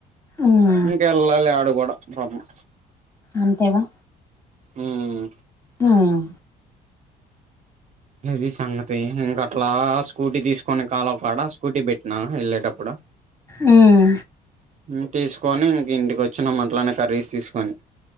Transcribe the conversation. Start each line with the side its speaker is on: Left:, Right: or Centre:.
Left: ఉమ్
Right: ఇంకెళ్ళాలే ఆడు కూడా పాపమ్
Left: అంతేగా
Right: ఉమ్
Left: ఉమ్
Right: ఇది సంగతి ఇంక అట్లా స్కూటీ తీస్కొని కాలవ కాడ స్కూటీ పెట్టినా వెళ్ళేటప్పుడు
Left: హ్ము్
Right: ఇం తీసుకొని ఇంక ఇంటికి వచ్చినం అట్లనే కర్రీస్ తీసుకొని